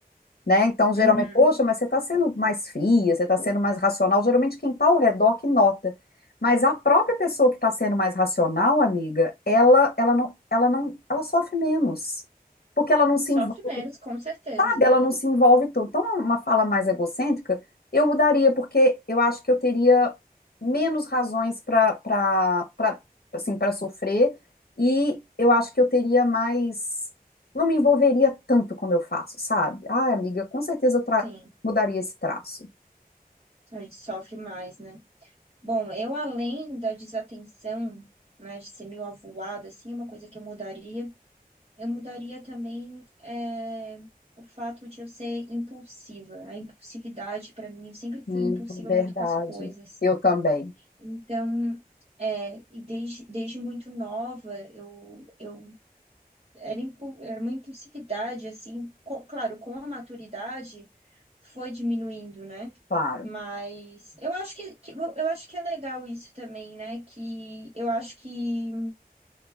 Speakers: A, on the left (about 80°); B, on the right (about 40°).
A: né? Então, geralmente,
B: Uhum.
A: poxa, mas você está sendo mais fria, você está sendo mais racional. Geralmente, quem está ao redor que nota. Mas a própria pessoa que está sendo mais racional, amiga, ela, ela não, ela não, ela sofre menos, porque ela não se
B: Sofre
A: envolve
B: menos, com certeza.
A: sabe? Ela não se envolve tanto. Então, uma fala mais egocêntrica, eu mudaria, porque eu acho que eu teria menos razões para para assim, para sofrer e eu acho que eu teria mais não me envolveria tanto como eu faço, sabe? Ah, amiga, com certeza eu tra-
B: Sim,
A: mudaria esse traço.
B: a gente sofre mais, né? Bom, eu além da desatenção, né, de ser meio avoada, assim, é uma coisa que eu mudaria. Eu mudaria também eh, o fato de eu ser impulsiva. A impulsividade, para mim, eu sempre
A: Hum,
B: fui impulsiva
A: verdade.
B: muito com as coisas.
A: Eu também,
B: Então, é, e desde, desde muito nova, eu, eu era, impu- era uma impulsividade, assim, co- claro, com a maturidade foi diminuindo, né?
A: claro.
B: Mas eu acho que, que- eu eu acho que é legal isso também, né? Que eu acho que